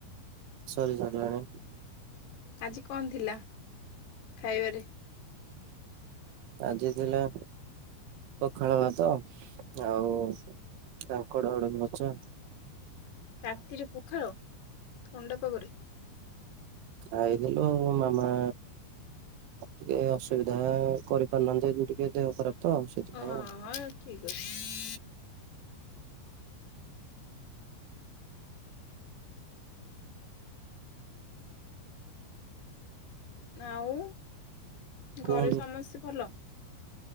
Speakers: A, on the right (about 75°); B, on the left (about 90°).
A: ସରି ଗଲାଣି।
B: ଆଜି କଣ ଥିଲା ଖାଇବାରେ?
A: ଆଜି ଥିଲା ପଖାଳ ଭାତ ଆଉ କାଙ୍କଡ଼ ଆଳୁଭଜା।
B: ରାତିରେ ପଖାଳ ଥଣ୍ଡା ପାଗରେ?
A: ଆଇଥିଲୁ ମାମା ଟିକେ ଅସୁବିଧା କରିପାରୁନାହାନ୍ତି ଟିକେ ଦେହ ଖରାପ ତ ସେଥିପାଇଁ
B: ହଁ
A: ଆଉ।
B: ହଁ ଠିକ୍ ଅଛି। ଆଉ
A: କୁହନ୍ତୁ
B: ଘରେ ସମସ୍ତେ ଭଲ?